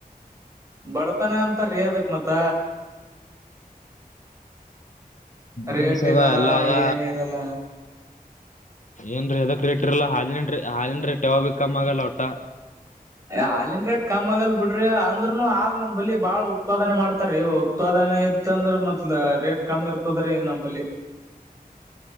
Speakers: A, on the right; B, on the left.
A: ಬಡ್ತಾನ ಅಂತರಿ ಅದಕ್ ಮತ್ತ ರೇಟ್
B: ಬಿಸಿನೆಸ್ ಅದ
A: ಇರಲ್ಲ
B: ಎಲ್ಲಾ ಅದ
A: ಏನ್ ಇರಲ್ಲ
B: ಏನ್ ಎದಕ್ ರೆಟಿರಲ್ಲ ಹಾಲಿನ್ ಹಾಲನ್ ರೇಟ್ ಯಾವಾಗ ಬಿ ಕಮ್ಮ್ ಆಗಲ್ಲ ಒಟ್ಟ
A: ಹಾಲನ್ ರೇಟ್ ಕಮ್ ಆಗಲ್ ಬಿಡ್ರಿ ಅಂದ್ರು ಹಾಲ ನಮಂಬಲಿ ಬಾಳ ಉತ್ಪಾದನೆ ಮಾಡ್ತ ಇತ್ತ ರೀ ಉತ್ಪಾದನೆ ಇತ್ ಅಂದ್ರ ಮತ್ಲ ರೇಟ್ ಕಮ್ಮಿ ಇರ್ತದ ರೀ ನಂಬಲ್ಲಿ